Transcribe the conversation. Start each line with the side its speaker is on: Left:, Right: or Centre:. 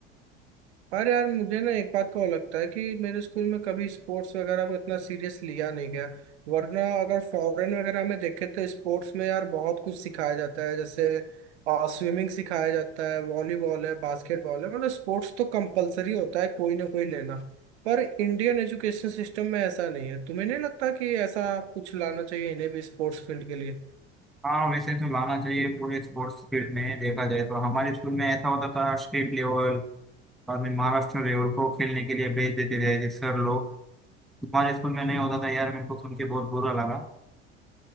Right: अरे यार मुझे ना एक बात का और लगता है कि मेरे स्कूल में कभी स्पोर्ट्स वगैरह को इतना सीरियस लिया नहीं गया वरना अगर फॉरेन वगैरह में देखे तो स्पोर्ट्स में यार बहुत कुछ सिखाया जाता है जैसे स्विमिंग सिखाया जाता है वॉलीबॉल है बास्केटबॉल है मतलब स्पोर्ट्स तो कंपलसरी होता है कोई ना कोई लेना पर इंडियन एजुकेशन सिस्टम में ऐसा नहीं है तुम्हें नहीं लगता कि ऐसा कुछ लाना चाहिए इन्हें भी स्पोर्ट्स फील्ड के लिए
Centre: हाँ वैसे तो लाना चाहिए पूरे स्पोर्ट्स फील्ड में देखा जाए तो हमारे स्कूल में ऐसा होता था स्टेट लेवल और मैं महाराष्ट्र लेवल को खेलने के लिए भेज देते थे थे सर लोग हमारे स्कूल में नहीं होता था यार मेरे को सुन के बहुत बुरा लगा